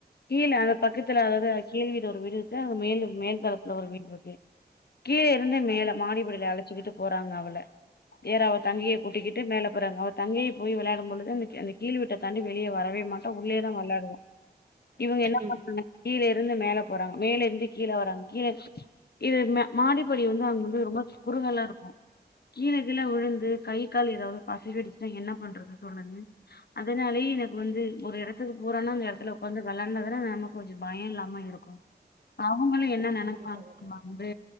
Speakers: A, on the left (about 70°); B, on the right (about 50°).
A: கீழ அந்த பக்கத்துல அதாவது
B: ம்
A: கீழ்வீடு ஒரு வீடு இருக்கு அந்த மேல மேல் தலத்துல ஒரு வீடு இருக்கு கீழே இருந்தே மேல மாடிபடில அழைச்சுக்கிட்டு போறாங்க அவள வேற அவள் தங்கையை கூட்டிக்கிட்டு மேலே போறாங்க அவள் தங்கையை போய் விளையாடும் பொழுது அவ அந்த கீழ் வீட்ட தாண்டி வெளியே வரவே மாட்டா உள்ளேயேதான் விளையாடுவா இவங்க என்ன <unintelligible>
B: ம்
A: <unintelligible> மேல போறாங்க மேலர்ந்து கீழ வராங்க கீழ கீழ மா மாடி படி வந்து அவங்க வந்து ரொம்ப குறுகலா இருக்கும் கீழ கீழ விழுந்து கை கால் ஏதாவது பேசகிருசினா என்ன பண்றது தோழரே அதனாலயே எனக்கு வந்து ஒரு எடத்துக்கு போறானா அந்த எடத்துல உக்காந்து வெலான்டா தான <unintelligible> கொஞ்சம் பயம் இல்லாம இருக்கும் மா இருக்கும் <unintelligible> அவங்களும் என்ன நெனப்பா
B: கண்டிப்பாக
A: நம்ம
B: தோழி
A: வந்து